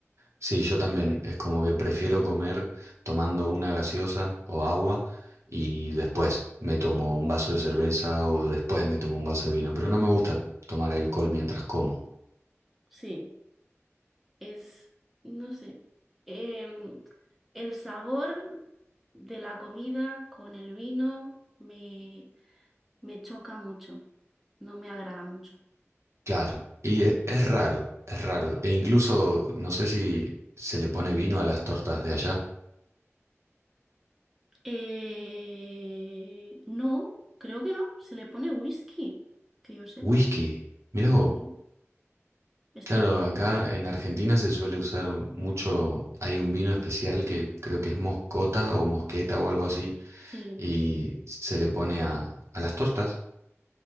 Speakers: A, on the right; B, in the centre.
A: Sí, yo también, es como que prefiero comer tomando una gaseosa o agua y después me tomo un vaso de cerveza o después me tomo un vaso de vino, pero no me gusta tomar alcohol mientras como.
B: Sí. es, no sé, em, el sabor de la comida con el vino me, me choca mucho, no me agrada mucho.
A: Claro, y e- es raro, es raro. E incluso no sé si se le pone vino a las tortas de allá.
B: Eh, no, creo que no, se le pone whisky, que yo sepa,
A: Whisky, mirá vos.
B: sí, estilo.
A: Claro,
B: poquito.
A: acá en Argentina se suele usar mucho, hay un vino especial que creo que es moscota o mosqueta o algo así,
B: Sí,
A: y se le pone a, a las tortas.